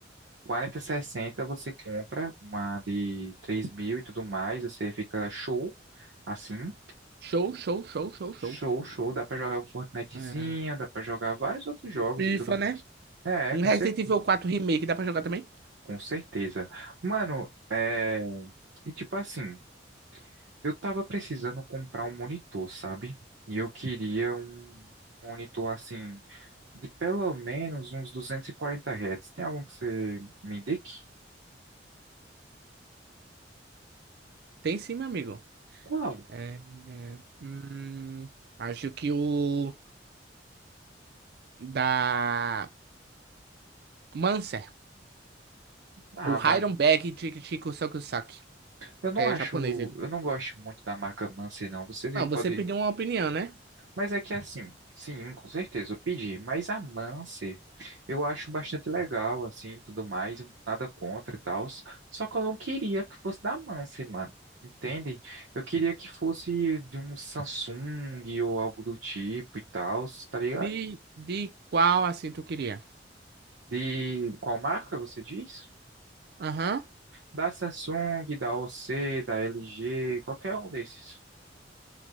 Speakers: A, on the right; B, on the right.
A: quarenta e sessenta você compra uma de três mil e tudo mais, você fica show, assim,
B: Show, show, show, show, show.
A: show, show. Dá para jogar um Fortnitezinho,
B: É.
A: dá para jogar vários outros jogos
B: E FIFA,
A: e tudo
B: né?
A: mais. É,
B: Um
A: é, com
B: Resident
A: certeza,
B: Evil 4 Remake dá pra jogar também?
A: com certeza. Mano, é. E tipo assim, eu tava precisando comprar um monitor, sabe? E eu queria um monitor assim de pelo menos uns 240 Hz. Tem algum que você me indique?
B: Tem sim, meu amigo.
A: Qual?
B: É, é, hum, acho que o da Manser.
A: Ah,
B: O
A: mano,
B: Iron Bag Chico Chico Sokusaki.
A: eu não
B: É
A: acho,
B: japonês ele.
A: eu não gosto muito da marca Mancer, não. Você
B: Não,
A: pode,
B: você pediu uma opinião, né?
A: mas é que é assim, sim, com certeza eu pedi, mas a Mancer eu acho bastante legal, assim, tudo mais, nada contra e tal. Só que eu não queria que fosse da Mancer, mano. Entende? Eu queria que fosse de um Samsung ou algo do tipo e tal, tá ligado?
B: De, de qual assim tu queria?
A: De qual marca você diz?
B: Aham.
A: Da Samsung, da O C, da L G, qualquer um desses.